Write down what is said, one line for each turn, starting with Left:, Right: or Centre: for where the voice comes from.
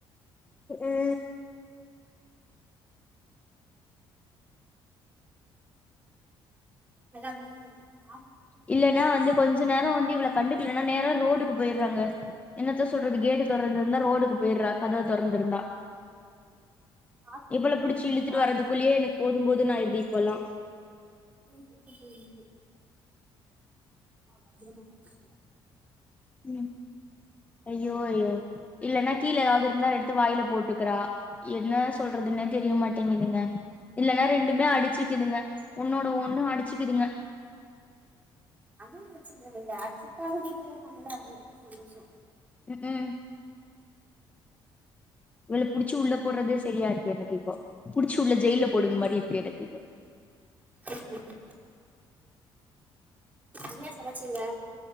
Left: ம்
Right: எல்லா வேலையு முடின்சா
Left: இல்லென்னா வந்து கொஞ்ச நேரோ வந்து இவள கண்டுக்லனா நேர ரோடுக்கு பொய்றாங்க என்னத்த சொல்றது கேட்டு தொறந்திருந்தா ரோடுக்கு பெய்றா கதவு தொறந்திருந்தா
Right: பார்த்து
Left: இவள
Right: தான் இருக்கணும்
Left: புடிச்சு இழுத்துட்டு
Right: காலும்
Left: வர்றதுக்குள்ளயே எனக்கு போது போதுனு ஆய்ருது இப்பெல்லா
Right: விட்டு பொய்ருக்கு அ பத்ரமா பாத்துகோ
Left: ம் ஐய்யோ ஐய்யோ இல்லன்னா கீழ ஏதாவ்து இருாந்தா எடுத்து வாய்ல போட்டுக்குறா என்ன சொல்றதுன்னே தெரியமாட்டேங்குதுங்க இல்லலன்னா ரெண்டுமே அடிச்சுக்குதுங்க ஒன்னோட ஒண்ணு அடிச்சுக்குதுங்க
Right: அதுவு பிரச்சன இல்ல அட்சுட்டாழு வீட்ல இருக்காங்கல்ல அதுவரைக்கு சந்தோஷோ
Left: ம் இவள புடிச்சு உள்ள போட்றதே செரியா இருக்கு எனக்கு இப்போ புடிச்சு உள்ள ஜெயில்ல போடுங்க மாரி இருக்கு எனக்கு இப்போ
Right: <inaudible> என்ன சமச்சீங்க